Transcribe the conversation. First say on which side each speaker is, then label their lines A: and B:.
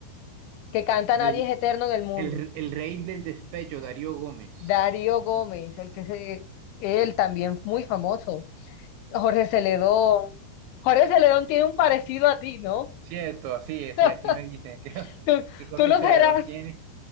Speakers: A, on the left (about 80°); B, on the right (about 80°).
A: que canta Nadie
B: el,
A: es eterno en el mundo.
B: el, el rey del despecho, Darío Gómez.
A: Darío Gómez, el que se, él también muy famoso. Jorge Celedón. Jorge Celedón tiene un parecido a ti, ¿no?
B: Cierto, así es,
A: <laughs>
B: sí, así me dicen <laughs> que,
A: Tú,
B: que Jorge
A: tú no
B: Celedón
A: serás,
B: tiene,